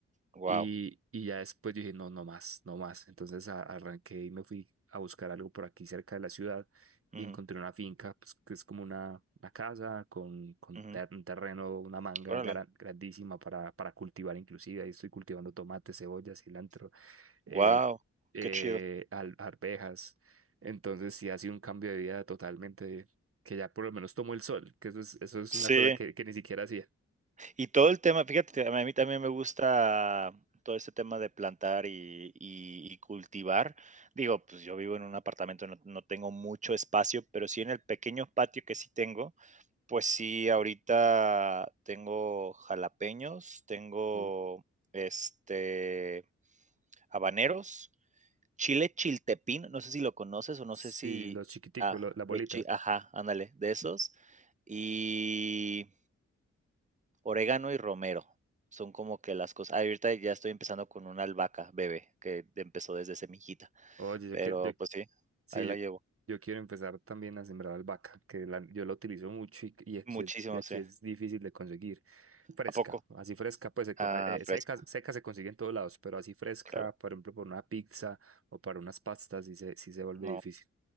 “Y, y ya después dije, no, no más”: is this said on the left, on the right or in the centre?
Right